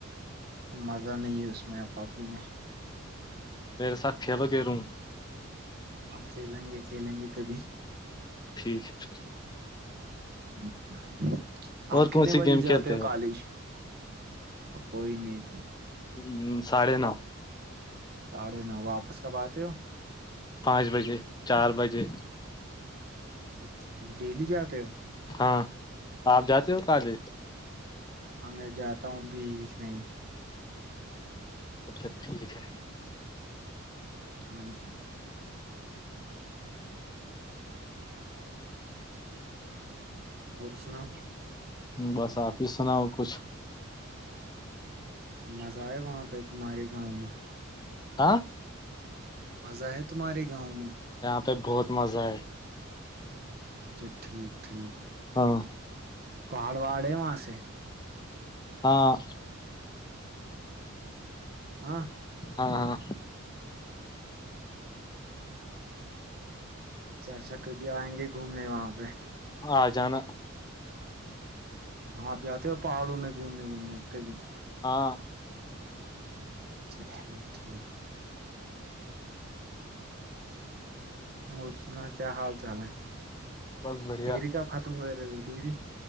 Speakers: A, on the right (about 50°); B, on the left (about 20°).
A: اب مزہ نہیں ہے اس میں اب پبنی میں
B: پیر ساتھی تو گ روں
A: آپ کھیلیں گے کھیلیں گے کبھی
B: ٹھیک ہے سر
A: ہ
B: اور
A: آپ کتنے
B: کون سی
A: بجے
B: گیم
A: جاتے
B: کھیلتے
A: ہو کالج کوئی نہیں
B: ہ ساھے نو
A: ساڑھے نو واپس کب آتے ہو
B: پانچ بجے چار بجے
A: ٹھیک ڈیلی جاتے ہو
B: ہاں آپ جاتے ہو کالے
A: ہ میں جاتا ہوں بیچ بیچ میں ہی
B: اچھا ٹھیک ہے
A: ہاں س اور سناؤ
B: بس آپ ہیس سناؤ کچھ
A: مزہ ہے وہاں پہ تمہارے گاؤں میں
B: آ
A: مزہ ہے تمہارے جاننے
B: ات بہت مزہ آئے
A: اچھا ٹھیک ہے
B: ہاں
A: پہاڑ ہے وہاں سے
B: ہاں
A: ہاں
B: ہاں ہاں
A: اچھا اچھا کبھی آئیں گے گھومنے وہاں پہ
B: آ جانا
A: آپ جاتے ہو پہاڑوں میں گھومنے وومنے کبھی
B: ہاں
A: اچھا ٹھیک ٹھیک اور سنا کیا حال چال ہے
B: بس بڑھیا
A: ڈگری کا خاتم ہو ا ڈگری